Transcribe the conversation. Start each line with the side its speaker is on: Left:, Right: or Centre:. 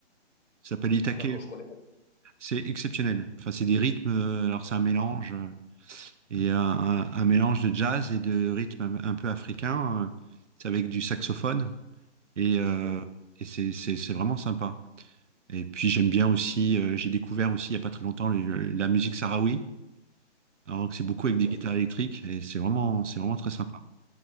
Right: Ça s'appelle Itaké.
Left: Ah, d'accord, je connais pas.
Right: C'est exceptionnel. Enfin, c'est des rythmes. euh, Alors c'est un mélange. euh, et un, un- un mélange de jazz et de rythme un peu africain. euh, c'est avec du saxophone
Left: Oui.
Right: et, euh,
Left: oui.
Right: et c'est c'est- c'est vraiment sympa. Et puis j'aime bien aussi, euh, j'ai découvert aussi il n'y a pas très longtemps le- la musique sahraoui, alors que c'est
Left: Mhm.
Right: beaucoup avec des guitares électriques et c'est vraiment, c'est vraiment très sympa.